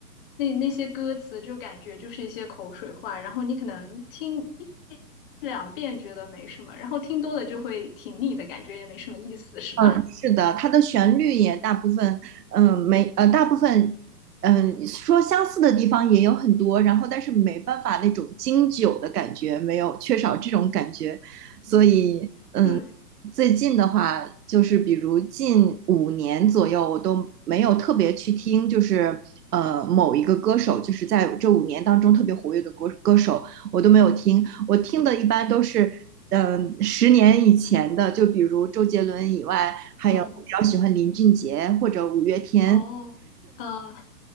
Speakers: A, on the left; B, on the right.
A: 那那些歌词就感觉就是一些口水话，然后你可能听。两遍觉得没什么，然后听多了就会挺腻的感觉，也没什么意思，是吧？
B: 嗯，是的，它的旋律也大部分，嗯，没，呃，大部分，嗯，说相似的地方也有很多，然后但是没办法那种经久的感觉，没有缺少这种感觉，所以
A: <laughs> 对，
B: 最近的话，就是比如近五年左右，我都没有特别去听，就是呃某一个歌手，就是在这五年当中特别活跃的歌歌手，我都没有听。我听的一般都是，嗯、十年以前的，就比如周杰伦以外，还有我比较喜欢林俊杰或者五月天。
A: 嗯，哦，呃，